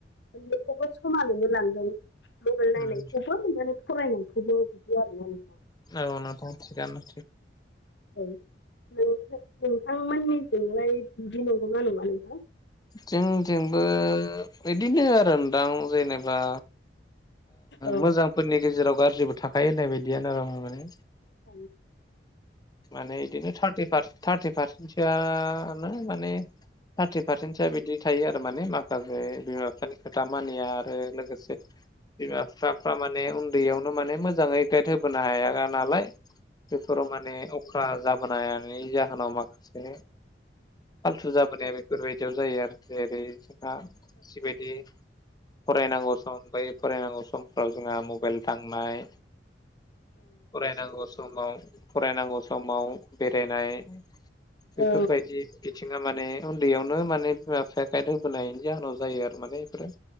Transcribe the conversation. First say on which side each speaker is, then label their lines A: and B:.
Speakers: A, on the left; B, on the left.
A: मोननैखौबो समानैनो लांदों मबाइल नायनायखौबो
B: उम
A: मोननानै फरायनायखौबो बिदि आरोना नोंथां।
B: औ नोंथां थिगानो।
A: औ नोंथ नोंथांमोननिजोंलाय बिदि नंगौ ना नङा नोंहा।
B: जोंजोंबो बिदिनो आरोदां जेनेबा
A: औ
B: मोजांफोरनि गेजेराव गाज्रिबो थाखायो होननाय बायदियानो आं माने
A: औ
B: माने बिदिनो थार्टिफारसेन थारटि पारसेन्टसोआनो माने थार्टि पारसेन्टसोआ बिदि थायो आरो माने मा माखासे बिमा बिफानि खोथा मानिया आरो लोगोसे बिमा- बिफ्रा फ्रा माने उन्दैयावनो माने मोजाङै गाइड होबोनो हाय नालाय बेफोराव माने फ्रा जाबोनायनि जाहोनाव माखासे फालथु जाबोनाया बे बेफोरबायदियाव जायो आरो जेरै जोंहा जिबायदि फरायनांगौ सम ब फरायनांगौ समफोराव जोंहा मबाइल थांनाय फरायनांगौ। समाव फरायनांगौ समाव बेरायनाय बेफोरबायदि
A: औ
B: बिथिङा माने उन्दैयावनो माने बिमा बिफाया गायद होबोनायनि जाहोनाव जायो आरो माने बेफोरो